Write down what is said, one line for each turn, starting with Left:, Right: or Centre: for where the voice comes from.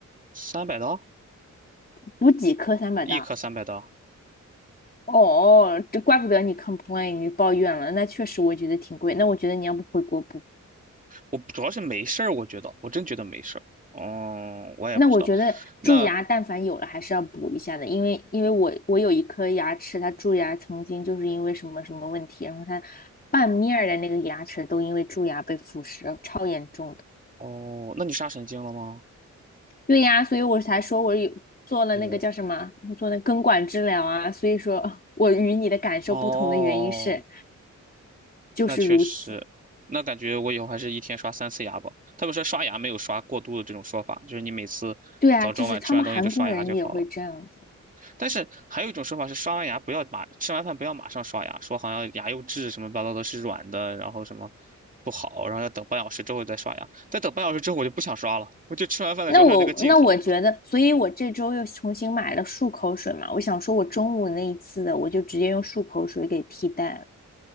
Right: 三百刀
Left: 补几颗三百大？
Right: 一颗三百刀。
Left: 哦哦，这怪不得你 complain，你抱怨了。那确实，我觉得挺贵。那我觉得你要不回国补？
Right: 我主要是没事儿，我觉得我真觉得没事儿。哦，我也不知道。
Left: 那我觉得蛀牙，
Right: 那
Left: 但凡有了还是要补一下的，因为因为我我有一颗牙齿，它蛀牙曾经就是因为什么什么问题，然后它半面儿的那个牙齿都因为蛀牙被腐蚀，超严重的。
Right: 哦，那你杀神经了吗？
Left: 对呀，所以我才说我有做了那个叫什么，
Right: 是
Left: 我做那根管治疗啊。所以说 <laughs> 我与你的感受不同的原因是，
Right: 哦，哦
Left: 就是如此。
Right: 那确实，那感觉我以后还是一天刷三次牙吧。他们说刷牙没有刷过度的这种说法，就是你每次早中晚吃完东西就刷牙就好了。
Left: 对啊，就是他们韩国人也会这样子。
Right: 但是还有一种说法是刷完牙不要马，吃完饭不要马上刷牙，说好像牙釉质什么乱七八糟的是软的，然后什么不好，然后要等半小时之后再刷牙。再等半小时之后我就不想刷了，我就吃完饭的时候还有那个劲头。
Left: 那我那我觉得，所以我这周又重新买了漱口水嘛。我想说，我中午那一次的，我就直接用漱口水给替代了。